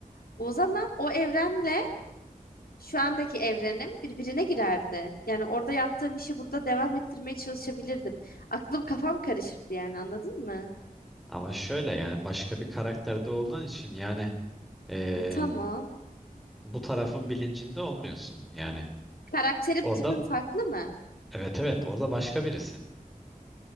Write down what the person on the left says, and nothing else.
O zaman o evrenle şu andaki evrenim birbirine girerdi. Yani orada yaptığım işi burada devam ettirmeye çalışabilirdim. Aklım kafam karışırdı yani anladın mı?
E, tamam.
Karakterim
tipim farklı mı?